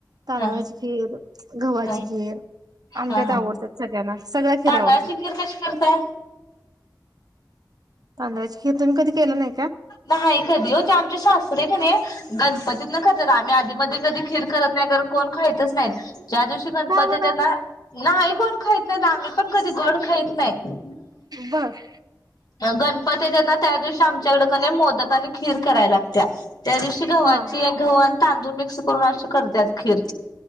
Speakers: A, on the right; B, on the left.
A: तांदळाची
B: हा
A: खीर, गव्हाची
B: हा
A: खीर, आमच्यात
B: हा हा
A: आवडत्यात सगळ्यांना सगळ्या खीरी
B: तांदळाची
A: आवडत्यात.
B: खीर कशी करताय?
A: तांदळाची खीर तुम्ही कधी केलं नाही का?
B: नाही कधी ओ, ते आमचे सासरे आहे की नाय गणपतीत ना करत्यात आम्ही आधीमधी कधी खीर करत नाही, कारण कोण खायतच नाहीत. ज्या दिवशी गणपती
A: का
B: येत्यात
A: बरं
B: ना, नाही कोण खाईत नाही आम्ही पण कधी गोड खायत नाही.
A: बर
B: गणपती येतेत ना त्या दिवशी आमच्याकडक की नाय मोदक आणि खीर कराय लागत्या. त्या दिवशी गव्हाची,
A: हा
B: गहू आणि तांदूळ मिक्स करून अशी करतात खीर.